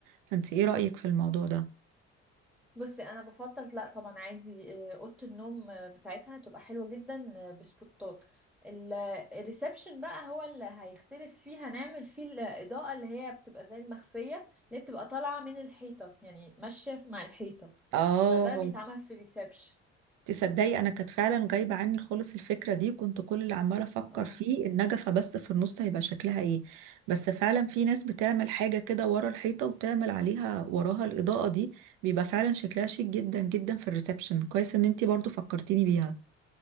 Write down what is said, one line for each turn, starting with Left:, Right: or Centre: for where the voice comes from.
Right: فانت ايه رأيك في الموضوع ده
Centre: بصي انا بفضل لا طبعا عادي آه، اوضه النوم آه، بتاعتها هتبقى حلوه جدا آه، بسبوتات ال- آه، الريسبشن بقى هو اللي هيختلف فيه هنعمل فيه الاضاءه اللي هي بتبقى زي المخفيه اللي هي بتبقى طالعه من الحيطه يعني ماشيه مع الحيطه
Right: اه
Centre: فده بيتعمل في الريسبشن
Right: تصدقي انا كانت فعلا جايبه عني خالص الفكره دي وكنت كل اللي عماله افكر
Centre: اه
Right: فيه النجفه بس في النص هيبقى شكلها ايه بس فعلا في ناس بتعمل حاجه كده ورا الحيطه وتعمل عليها وراها الاضاءه دي بيبقى فعلا شكلها شيك جدا جدا في الريسبشن كويس ان انتي برضو فكرتيني بيها